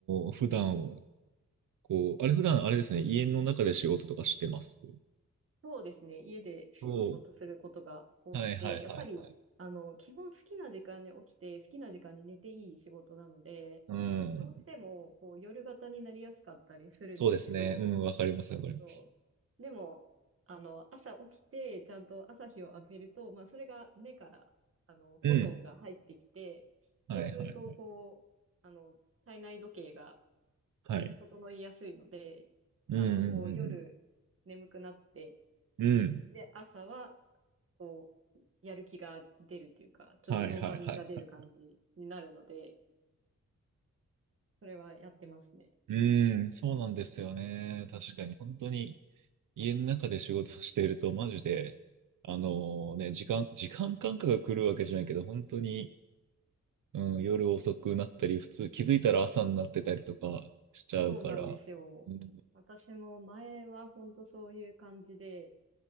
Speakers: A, on the right (about 80°); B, on the right (about 45°).
A: ー普段、こう、あれ普段あれですね、家の中で仕事とかしてます。
B: そうですね。家で仕事することが多くて、
A: そうはいはいはいはい。
B: やっぱり、あの、基本好きな時間に起きて、好きな時間に寝ていい仕事なので、
A: うん。
B: どうしても、こう、夜型になりやすかったりするんですけど、
A: そうですね。うん、わかります、
B: そうそう。
A: わかります。
B: でも、あの、朝起きて、ちゃんと朝日を浴びると、まあ、それが目から、あの、
A: うん。
B: フォトンが入ってきて、
A: はいはいはい。
B: そうすると、こう、あの、体内時計が
A: はい。
B: 整いやすいので、
A: うんうんうん
B: ちゃんとこう、夜眠くなって、
A: うん。うん。
B: で、朝はこう、やる気が出るっていうか、ちょっとドーパミンが出る感じになるので、
A: はいはいはい。
B: それはやってますね。
A: うん、そうなんですよね。確かに、本当に家の中で仕事をしていると、マジで、あのね、時間、時間感覚が来るわけじゃないけど、本当に、うん、夜遅くなったり、普通、気づいたら朝になってたりとかしちゃうから、
B: そうなんですよ。
A: うん、
B: 私も前は本当そういう感じで、